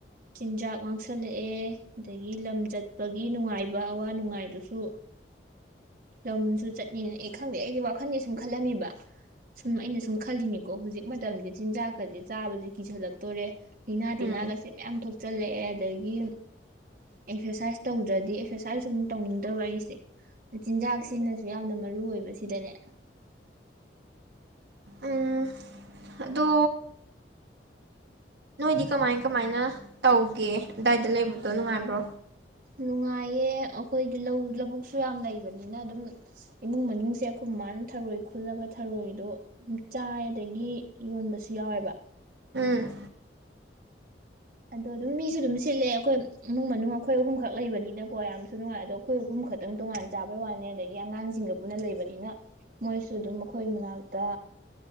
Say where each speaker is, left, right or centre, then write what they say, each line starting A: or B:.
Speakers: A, on the right (about 50°); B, on the right (about 75°).
A: ꯆꯤꯟꯖꯥꯛ ꯃꯥꯡꯁꯜꯂꯛꯑꯦ ꯑꯗꯒꯤ ꯂꯝ ꯆꯠꯄꯒꯤ ꯅꯨꯡꯉꯥꯏꯕ ꯑꯋꯥ ꯅꯨꯡꯉꯥꯏꯗꯨꯁꯨ ꯂꯝꯁꯨ ꯆꯠꯅꯤꯅꯑ ꯈꯪꯗꯦ ꯑꯩꯗꯤ ꯋꯥꯈꯟꯖꯦ ꯁꯨꯝ ꯈꯜꯂꯝꯃꯤꯕ ꯁꯨꯝ ꯑꯩꯅ ꯁꯨꯝ ꯈꯜꯂꯤꯅꯤ ꯀꯣ ꯍꯧꯖꯤꯛ ꯃꯇꯝꯗꯤ ꯆꯤꯟꯖꯥꯛꯀꯁꯦ ꯆꯥꯕꯕꯁꯦ ꯀꯤꯁꯜꯂꯛꯇꯣꯏꯔꯦ ꯂꯩꯅꯥ ꯇꯤꯟꯅꯥꯒꯁꯦ
B: ꯎꯝ
A: ꯃꯌꯥꯝ ꯊꯣꯛꯆꯜꯂꯛꯑꯦ ꯑꯗꯒꯤ ꯑꯦꯛꯁꯔꯁꯥꯏꯁ ꯇꯧꯗ꯭ꯔꯗꯤ ꯑꯦꯛꯁꯔꯁꯥꯏꯁ ꯁꯨ ꯇꯧꯅꯤꯡꯗꯕ ꯑꯩꯁꯦ ꯆꯤꯟꯖꯥꯛꯁꯤꯅꯁꯨ ꯌꯥꯝꯅ ꯃꯔꯨꯑꯣ ꯑꯣꯏꯕ ꯁꯤꯗꯅꯦ
B: ꯎꯝ ꯑꯗꯣ ꯅꯣꯏꯗꯤ ꯀꯃꯥꯏ ꯀꯃꯥꯏꯅ ꯇꯧꯒꯦ ꯑꯗꯨꯗꯥꯏꯗ ꯂꯩꯕꯗꯣ ꯅꯨꯡꯉꯥꯏꯕ꯭ꯔꯣ꯫
A: ꯅꯨꯡꯉꯥꯏꯌꯦ ꯑꯩꯈꯣꯏꯗꯤ ꯂꯧ ꯂꯧꯕꯨꯛꯁꯨ ꯌꯥꯝ ꯂꯩꯕꯅꯤꯅ ꯑꯗꯨꯝ ꯏꯃꯨꯡ ꯃꯅꯨꯡꯁꯦ ꯑꯩꯈꯣꯏ ꯃꯥꯅ ꯊꯔꯣꯏ ꯈꯨꯜꯂꯒ ꯊꯔꯣꯏꯗꯣ ꯆꯥꯏ ꯑꯗꯒꯤ ꯌꯣꯟꯕꯁꯨ ꯌꯥꯎꯋꯦꯕ
B: ꯎꯝ꯫
A: ꯑꯗꯣ ꯑꯗꯨꯝ ꯃꯤꯁꯨ ꯑꯗꯨꯝ ꯁꯤꯠꯂꯦ ꯑꯩꯈꯣꯏ ꯏꯃꯨꯡ ꯃꯅꯨꯡ ꯑꯩꯈꯣꯏ ꯑꯍꯨꯝꯈꯛ ꯂꯩꯕꯅꯤꯅꯀꯣ ꯌꯥꯝꯁꯨ ꯅꯨꯡꯉꯥꯏ ꯑꯗꯣ ꯑꯩꯈꯣꯏ ꯑꯍꯨꯝ ꯈꯛꯇꯪ ꯇꯣꯉꯥꯟ ꯆꯥꯕꯩ ꯋꯥꯅꯤ ꯑꯗꯒꯤ ꯑꯉꯥꯡꯁꯤꯡꯒ ꯄꯨꯟꯅ ꯂꯩꯕꯅꯤꯅ ꯃꯣꯏꯁꯨ ꯑꯗꯨꯝ ꯑꯩꯈꯣꯏ ꯃꯅꯥꯛꯇ